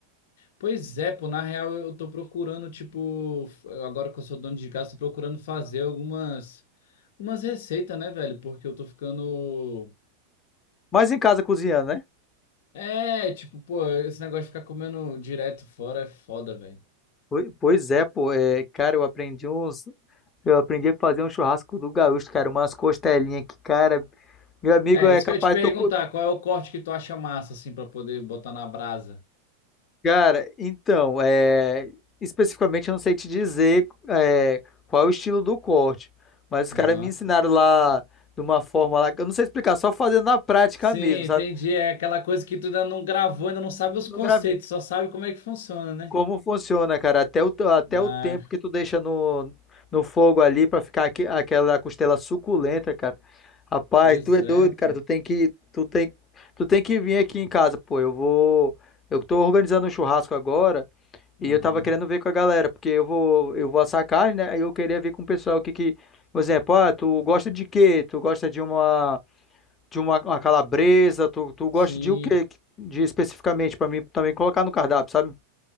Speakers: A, on the left; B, on the left.
A: pois é, pô, na real eu tô procurando, tipo, f- agora que eu sou dono de casa, tô procurando fazer algumas algumas receitas, né, velho? Porque eu tô ficando
B: Mas em casa cozinhando, né?
A: É, tipo, pô, esse negócio de ficar comendo direto fora é foda, velho.
B: Poi- Pois é, pô, é, cara, eu aprendi uns, eu aprendi a fazer um churrasco do gaúcho, cara, umas costelinhas que, cara, meu amigo
A: É,
B: é
A: isso
B: capaz,
A: que eu ia te perguntar,
B: tô,
A: qual é o corte que tu acha massa assim pra poder botar na brasa?
B: Cara, então, é, especificamente eu não sei te dizer é, qual é o estilo do corte, mas os
A: Aham.
B: caras me ensinaram lá de uma forma lá, que eu não sei explicar, só fazendo na prática
A: Sim,
B: mesmo, sabe?
A: entendi. É aquela coisa que tu ainda não gravou, ainda não sabe os
B: Não
A: conceitos,
B: gravei.
A: só sabe como é que funciona, né?
B: Como funciona, cara, até o, até
A: Ah,
B: o tempo que tu deixa no, no fogo ali pra ficar aque- aquela costela suculenta, cara. Rapaz,
A: pois
B: tu é doido,
A: é, pô.
B: cara, tu tem que, tu tem, tu tem que vir aqui em casa, pô, eu vou, eu tô organizando um churrasco agora, E
A: Aham.
B: eu tava querendo ver com a galera, porque eu vou, eu vou assar carne, né? Aí eu queria ver com o pessoal o que que, por exemplo, ah, tu gosta de quê? Tu gosta de uma de uma, uma calabresa? Tu, tu gosta
A: Sim,
B: de o quê? De especificamente pra mim também colocar no cardápio, sabe?